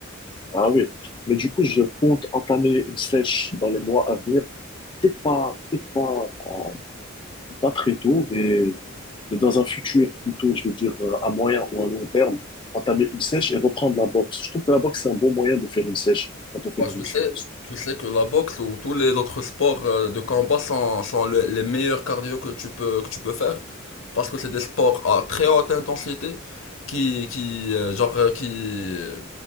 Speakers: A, on the left (about 25°); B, on the left (about 70°).
A: Ah oui, mais du coup, je compte entamer une sèche dans les mois à venir. Peut-être pas, peut-être pas, euh, pas très tôt, mais, mais dans un futur plutôt, je veux dire euh, à moyen ou à long terme, entamer une sèche et reprendre la boxe. Je trouve que la boxe, c'est un bon moyen de faire une sèche quand on fait
B: Bah,
A: de la musculation.
B: je sais, tu sais que la boxe ou tous les autres sports euh, de combat sont, sont le- les meilleurs cardio que tu peux, que tu peux faire. Parce que c'est des sports à très haute intensité qui, qui, euh, genre, euh, qui, euh,